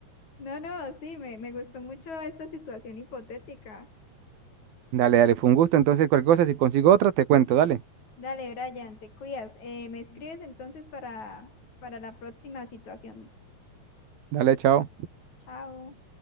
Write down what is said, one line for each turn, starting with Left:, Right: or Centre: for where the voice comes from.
Left: No, no, sí, me, me gustó mucho esa situación hipotética.
Right: Dale, dale, fue un gusto, entonces cualquier cosa, si consigo otra, te cuento, dale,
Left: Dale, Brian, te cuidas. Eh, me escribes entonces para, para la próxima situación.
Right: dale, chao.
Left: Chao.